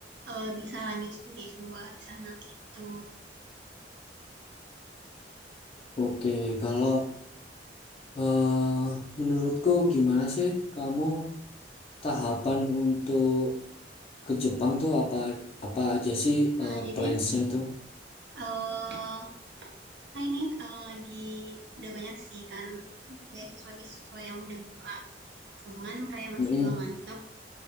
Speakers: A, on the right; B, on the left.
A: eh, bisa lanjut studi s dua di sana gitu.
B: Oke, kalau eh menurutku gimana sih kamu tahapan untuk ke Jepang tuh apa apa aja sih
A: Nah,
B: eh,
A: jadi
B: plans-nya tuh?
A: eh kan ini eh, lagi udah banyak sih kan beasiswa-beasiswa yang udah buka. Cuman kayak masih
B: Mm-mm.
A: belum mantap.